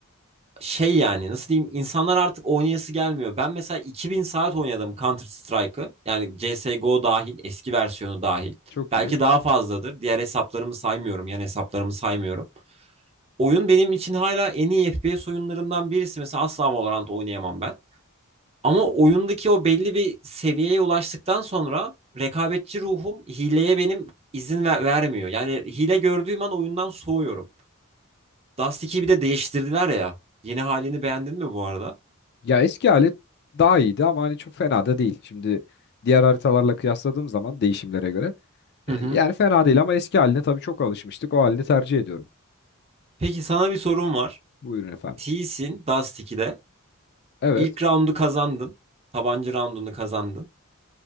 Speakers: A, on the right; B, on the left.
A: şey yani nasıl diyeyim insanlar artık oynayası gelmiyor. Ben mesela 2000 saat oynadım Counter Strike'ı. Yani CS:GO dahil, eski versiyonu dahil.
B: <laughs> Çok
A: Belki
B: iyi.
A: daha fazladır. Diğer hesaplarımı saymıyorum. Yani hesaplarımı saymıyorum. Oyun benim için hala en iyi FPS oyunlarından birisi. Mesela asla Valorant oynayamam ben. Ama oyundaki o belli bir seviyeye ulaştıktan sonra rekabetçi ruhum hileye benim izin ver- vermiyor. Yani hile gördüğüm an oyundan soğuyorum. Dust 2'yi bir de değiştirdiler ya. Yeni halini beğendin mi bu arada?
B: Ya eski hali daha iyiydi ama hani çok fena da değil. Şimdi diğer haritalarla kıyasladığım zaman değişimlere göre e,
A: Hı hı.
B: yani fena değil ama eski haline tabii çok alışmıştık. O halini tercih ediyorum.
A: Peki sana bir sorum var.
B: Buyurun efendim.
A: T'sin Dust 2'de.
B: Evet.
A: İlk roundu kazandın. Tabanca roundunu kazandın.